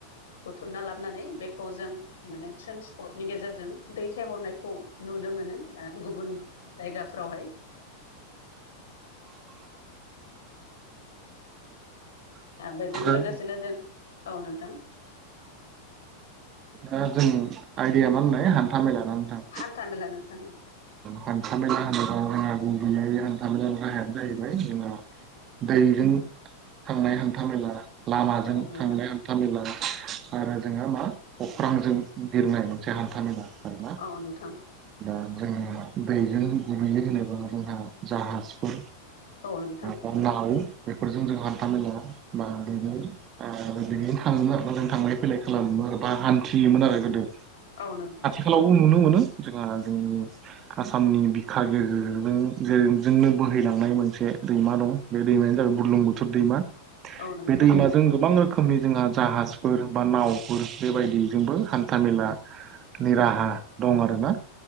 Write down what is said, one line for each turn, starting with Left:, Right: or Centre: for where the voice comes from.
Left: बुथुमना लाबोनानै बेखौ जों माने ट्रेन्सपर्टनि गेजेरजों दैथायहरनायखौ नुनो मोनो ओ जायगाफ्रावहाय बेजों लोगोसेनो
Right: औ
Left: जों औ नोंथां
Right: दा जोंनि आयदाया मा होननाय हान्था मेला ना नोंथां
Left: हान्था मेला नोंथां औ।
Right: हान्थामेला होनोबा जोंहा गुबैयै हान्थामेलानि राहायानो जाहैबाय जोंहा दैजों थांनाय हान्था मेला लामाजों
Left: औ नोंथां
Right: थांनाय हान था मेला आरो जोंहा मा अख्रांजों बिरनाय मोनसे हान्थामेला आरो
Left: अ नोंथां।
Right: दा जोङो दैजों <unintelligible> होनोबा जोंहा जाहाजफोर
Left: औ नोंथां
Right: बा नाव बेफोरजों जों हान्था मेलाया बा बेनि आ बिजोंनो थाङोमोन आरोना जों थांलाय फैलाय खालामोमोन आरो बा हान्थियोमोन आरो गोदो।
Left: औ नोंथां।
Right: <unintelligible> नुनो मोनो जोंहा जोंनि आसामनि बिखा गेजेरजों गेजेरजोंनो बोहैलांनाय मोनसे दैमा दं। बे दैमायानो जाबाय बुरलुंबुथुर दैमा
Left: औ नोंथां
Right: बे दैमा जों गोबां रोखोमनि जोंहा जाहाजफोर बा नावफोर बेबायदिजोंबो हान्थामेला नि राहा दं आरो ना।